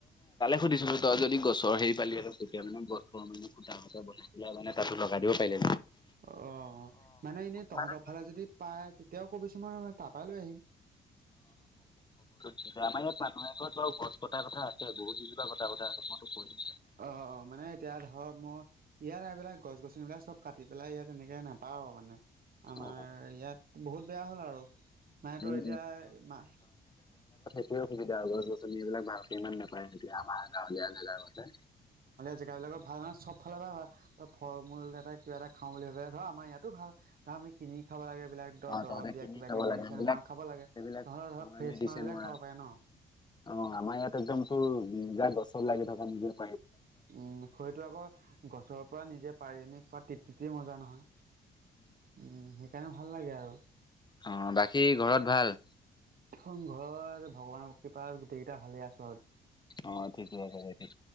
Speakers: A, on the left; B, on the right.
A: সুধিছোঁ তই যদি গছৰ হে পালি আ তেতিয়া মানে গছৰ মানে খুটা সুটা বনাই পেলাই মানে তাতো লগাই দিব পাৰিলে।
B: অ মানে এনেই তহঁতৰ
A: মানে
B: ফালে যদি পায়। তেওঁ ক'বিছোঁ মই তপালৈ আহিম।
A: এয়া আমাৰ ইয়াত মানুহে ঘৰত বু গছ কাৰ কথা আছে বহুতুজোপা কথা আছে মইতো কৰি।
B: অ অ মানে এতিয়া ধৰক মই ইয়াৰ এইবিলাক গছ গছনিবিলাক চব। কাটি পেলাই ইয়াত এনেকে নাপাওঁ মানে আমাৰ
A: অ
B: ইয়াত বহুত বেয়া হ'ল আৰু। মাহঁতৰ
A: উম
B: এতিয়া মাহ।
A: কি অসুবিধা হয় গছ গছনি এইবিলাক ভালক ইমান নাপায় নেকয়া আমাৰ গাঁৱলীয়াগা মতে।
B: জেগাবিলাকৰ ভাল ভাল। ফালৰ পৰা ত ফল মূল এটা কিবা এটা খাওঁ বুলি ভাবিলে ধৰ আমাৰ ইয়াতো ভাল ধ আমি কিনি খাব লাগে। এইবিলাক ধৰ
A: অ
B: দৰব
A: তহঁতে
B: দিয়া
A: কিনি
B: কিবা
A: খাব
B: কিব
A: লাগে
B: মেডিচিন
A: সেইবিলাক
B: মই খাব লাগেহ'লে
A: সেইবিলাক
B: ধৰ
A: আমাৰ
B: ফ্ৰেছ
A: মেডিচিন
B: মাবিলে
A: মৰা
B: খাব পাৰে ন।
A: অ আমাৰ ইয়াত একদম তো যাক গছৰ লাগি থকা নিজ।
B: উম খৰিতটো আকৌ গছৰ পৰা নিজে পাৰি আনি খোৱাত তেততে মজা নহয়। উম সেইকাৰণে ভাল লাগে আৰু।
A: অ বাকী ঘৰত ভাল।
B: ঘৰত ভগৱানৰ কৃপাত গোটেই কেইটা ভালে আছে।
A: অ ঠিকে আছে দে ঠিক